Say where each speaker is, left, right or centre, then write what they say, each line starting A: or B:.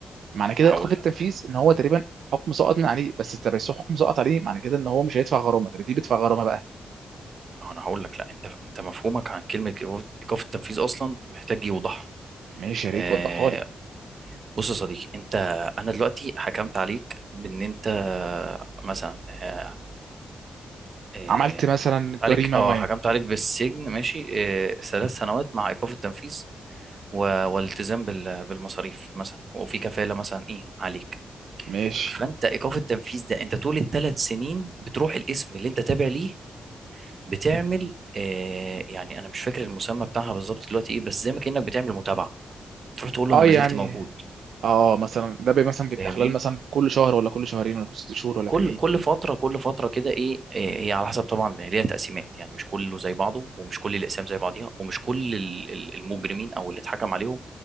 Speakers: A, on the right; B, on the right.
A: معنى كده
B: انا
A: ايقاف
B: هقول
A: التنفيذ
B: لك
A: ان هو تقريبا حكم سقط من عليه بس انت بس حكم سقط عليه معنى كده ان هو مش هيدفع غرامه طب دي بيدفع غرامه بقى
B: انا هقول لك لا انت انت مفهومك عن كلمة ايقاف التنفيذ اصلا محتاج يوضح
A: ماشي يا ريت
B: آه،
A: وضحها لي
B: بص يا صديقي انت انا دلوقتي حكمت عليك بان انت مثلا آه، آه،
A: عملت مثلا
B: حكمت عليك
A: جريمة
B: اه
A: ما
B: حكمت عليك بالسجن ماشي آه، ثلاث سنوات مع ايقاف التنفيذ و- والالتزام بال- بالمصاريف مثلا وفي كفالة مثلا ايه عليك
A: ماشي
B: فانت ايقاف التنفيذ ده انت طول الثلاث سنين بتروح الاسم اللي انت تابع ليه بتعمل آه، يعني انا مش فاكر المسمى بتاعها بالظبط دلوقتي ايه بس زي ما كانك بتعمل متابعة تروح تقول له
A: اه
B: انا ما
A: يعني
B: زلت موجود
A: اه مثلا ده بي مثلا بيبقى
B: فاهمني؟
A: خلال مثلا كل شهر ولا كل شهرين ولا كل ست شهور ولا
B: كل
A: كان ايه
B: كل فتره كل فتره كده ايه إيه، هي على حسب طبعا ليها تقسيمات يعني مش كله زي بعضه ومش كل الاقسام زي بعضيها ومش كل ال- ال- المجرمين او اللي اتحكم عليهم